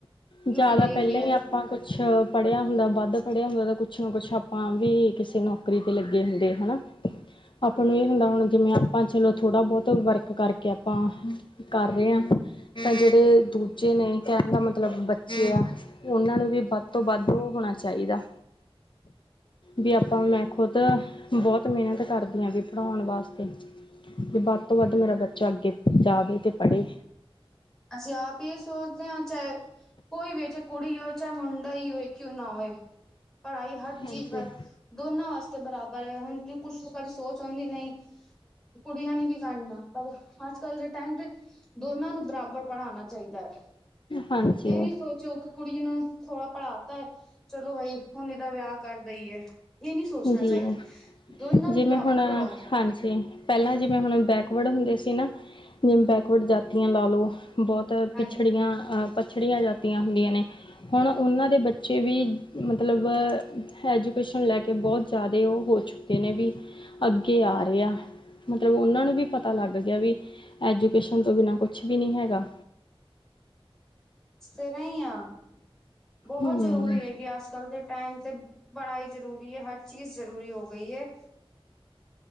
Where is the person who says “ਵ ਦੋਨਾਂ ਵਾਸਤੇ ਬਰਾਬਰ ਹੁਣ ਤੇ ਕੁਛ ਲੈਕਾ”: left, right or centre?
Centre